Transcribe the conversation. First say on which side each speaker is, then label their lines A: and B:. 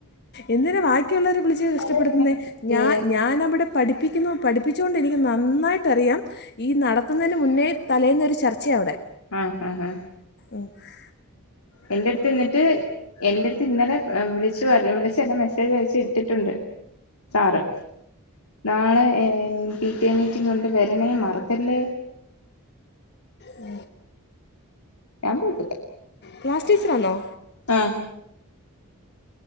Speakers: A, on the left; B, on the left.
A: എന്തിനാ ബാക്കിയുള്ളവരേ വിളിച്ച് കഷ്ടപ്പെടുത്തുന്നേ
B: ആഹ്
A: ഞാൻ ഞാനവിടെ പഠിപ്പിക്കുന്നു പഠിപ്പിച്ചുകൊണ്ട് എനിക്ക് നന്നായിട്ടറിയാം ഈ നടത്തുന്നതിന് മുന്നേ തലേന്നൊരു ചർച്ചയ അവിടെ
B: ആഹ് ഹഹ ഹ
A: ഓഫ്
B: എന്റെ അടുത്ത് ന്നിട്ട് എന്റെ അടുത്ത് ഇന്നലെ വിളിച്ചു പറഞ്ഞ് വിളിച്ചു എന്നെ മെസ്സേജ് അയച്ച് ഇട്ടിട്ടുണ്ട് സാറ് നാളെ A P T A meeting ഉണ്ട് വരണേ മറക്കല്ലേ
A: ഉ
B: ഞാൻ പോത്തില്ല
A: ക്ലാസ് ടീച്ചറാന്നോ
B: ആഹ്